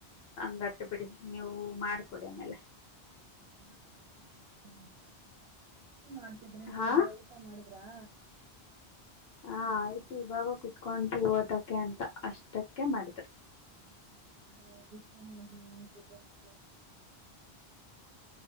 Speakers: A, on the left; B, on the right.
A: ಹಂಗಾದ ಬಿಡಿ ನೀವು ಮಾಡ್ಕೊಡಿ ಆಮೇಲೆ
B: ಹ್ಮ್ಮ ಏನ್ ಮಾಡ್ತಿದ್ರಿ ನೀವೆಲ್ಲ
A: ಹಾ
B: ಊಟಾ ಮಾಡಿದ್ರಾ
A: ಹಾ ಆಯ್ತು ಇವಾಗ ಕುತ್ಕೊಂಡು ಓದಕ್ಕೆ ಅಂತ ಅಷ್ಟಕ್ಕೆ ಮಾಡಿದ್ರಿ
B: <unintelligible>